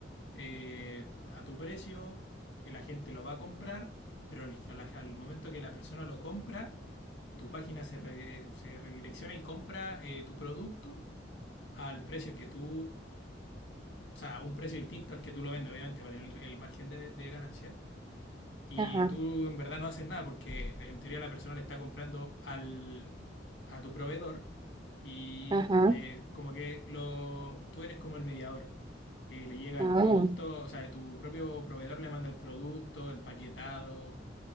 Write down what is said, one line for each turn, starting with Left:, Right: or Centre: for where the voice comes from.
Left: eh, a tu precio, la gente lo va a comprar, pero al, al- al momento que la persona lo compra, tu página se, re- se redirecciona y compra eh, tu producto al precio que tú, o sea, a un precio distinto al que tú lo vendes, obviamente, para tener el, margen de, de ganancia. Y
Right: Ajá,
Left: tú en verdad no haces nada porque en teoría la persona le está comprando al, a tu proveedor y
Right: ajá,
Left: le, como que lo, tú eres como el mediador. Eh, le llega
Right: ah,
Left: el producto, o sea, tu propio proveedor le manda el producto empaquetado,